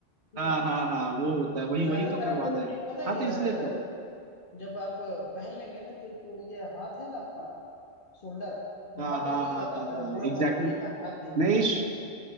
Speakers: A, on the right; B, on the left.
A: हाँ
B: ना
A: हाँ
B: और,
A: हाँ वो होता है
B: और
A: वही
B: ज्यादातर
A: वही तो करवाना
B: आपको फिटिंग
A: है
B: पता है
A: हाँ
B: किधर
A: तो इसलिए
B: आएगा
A: तो
B: जब आप अ, पहन लेंगे ना तो जो ये हाथ है ना अपना शोल्डर वहां
A: हाँ हाँ
B: पास दिक्कत
A: हाँ
B: आता
A: हाँ
B: है पूरा
A: एग्जैक्टली
B: पकड़ लेता है हाथ नहीं उठता
A: नहीं
B: है